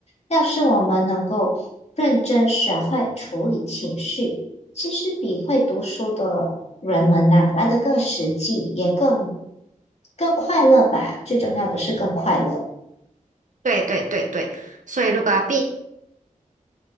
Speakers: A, on the left; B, on the right.
A: 要是我们能够认真学会处理情绪。其实比会读书的人们呐、来的更实际，也更更快乐吧。最重要的是更快乐。
B: 对对对对，所以如果要避